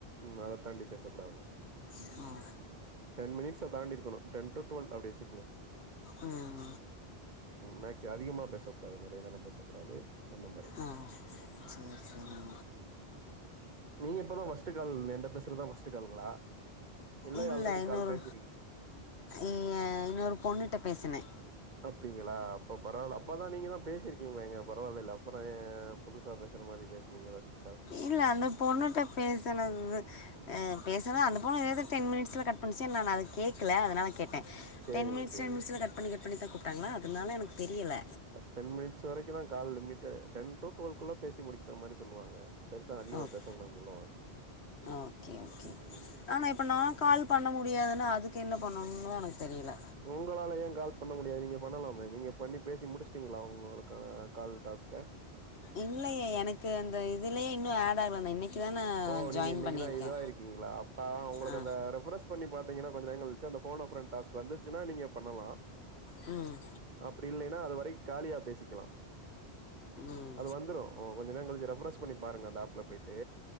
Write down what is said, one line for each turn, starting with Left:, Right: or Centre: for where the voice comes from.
Right: ம் அத தான்டி பேசக்கூடாதுங்க
Left: ம்
Right: டென் மினிட்ஸ்ஸ தான்டி இருக்கனு டென் டூ டுவெல் அப்டி வச்சுக்ங்க
Left: ம்
Right: மேக்ஸ் அதிகமாக பேசக்கூடாது நெறைய நேர பேசக்கூடாது அந்த மாரி
Left: ஆ சேரி சேரி
Right: நீங்க இப்பதா ஃபஸ்ட் கால் என்ட்ட பேசுறதா பஸ்ட் கால்ங்களா இல்ல
Left: இல்லை
Right: அல்ரெடி
Left: இன்னொரு
Right: கால் பேசியிரு
Left: இ எ இன்னொரு பொண்ணுட்ட பேசுனே
Right: அப்டிங்களா அப்ப பரவால்ல அப்பதா நீங்க தா பேசிருக் கீங்களேங்க பரவாயில்ல அப்பற ஏ புதுசா பேசுற மாரி பேசுனீங்க ஃபஸ்ட் கால்
Left: இல்ல அந்த பொண்ணுட்ட பேசன ம் பேசுன அந்த பொண்ணு ஏதோ டென் மினிட்ஸ்ல கட் பண்ணுச்சு நானு அத கேக்கல அதனாலதா கேட்டே
Right: சரிங்க,
Left: டென் மினிட்ஸ்
Right: சரிங்க.
Left: டென் மினிட்ஸ்ல கட் பண்ணி கட் பண்ணிதா கூப்ட்டாங்களா அதனால எனக்கு தெரியல
Right: டென் மினிட்ஸ் வரைக்குதா கால் லிமிட் டென் டு டுவெல்குள்ள பேச முடிக்கற மாரி சொல்லுவாங்க பெருசா அதிகமா
Left: ஓகே
Right: பேசக்கூடாதுன்னு சொல்லுவாங்க
Left: ஓகே ஓகே
Right: ம்.
Left: ஆனா இப்போ நா கால் பண்ண முடியாதுல்ல அதுக்கு என்ன பண்ணன்னு எனக்கு தெரியல
Right: உங்களால ஏ கால் பண்ண முடியாது நீங்க பண்ணலாமே நீங்க பண்ணி பேசி முடிச்சுட்டீங்களா உங்களுக்கான கால் டாஸ்க்க
Left: இல்லயே எனக்கு அந்த இதுலயே இன்னு அட் ஆகல இன்னைக்கு தான
Right: ஓ நீங்க
Left: ஜாயின்
Right: இன்னைக்குதா
Left: பண்ணியிருக்கே
Right: இது ஆகிருக்கீங்களா அப்ப உங்களுக்கு
Left: ஆ
Right: அந்த ரெஃபரஸ் பண்ணி பாத்தீங்கன்னா கொஞ்ச நேர கழிச்சு அந்த போன் அ பிரண்ட் டாஸ்க் வந்துச்சுனா நீங்க பண்ணலா
Left: ம்
Right: அப்டி இல்லைன்னா அதுவரைக் காலியா பேசிக்கலா
Left: ம்
Right: அது வந்துரு ஓ கொஞ்ச நேர கழிச்சு ரெஃபரஸ் பண்ணி பாருங்க அந்த அப்ல போயிட்டு